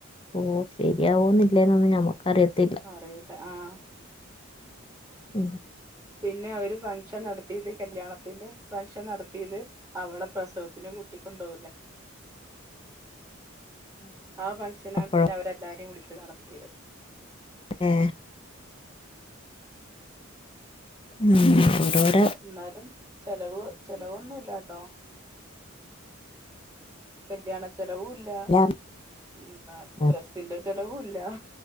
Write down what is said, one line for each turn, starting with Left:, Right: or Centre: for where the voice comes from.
Left: ഓഹ് ശെര്യാവാേന്നില്ലേന്നൊന്നും ഞമ്മക്കറിയത്തില്ല
Right: അറിയില്ല ആഹ്
Left: ഉം
Right: പിന്നെ അവര് ഫംഗ്ഷൻ നടത്തിയത് കല്യാണത്തിന്റെ ഫംഗ്ഷൻ നടത്തിയത് അവളെ പ്രസവത്തിന് കൂട്ടിക്കൊണ്ടാേവുലേ ആ ഫംഗ്ഷനാണ്
Left: അപ്പോഴോ
Right: പിന്നെ അവരെല്ലാരെം വിളിച്ച് നടത്തിയെത്
Left: ഏഹ് ഉം ഓരോര
Right: ന്നാലും ചെലവ് ചെലവൊന്നൂലാട്ടോ കല്യാണ ചെലവൂല്ല
Left: എല്ലാം
Right: ഉം ബാ
Left: ഉം,
Right: ഡ്രസിന്റെ ചെലവൂല്ല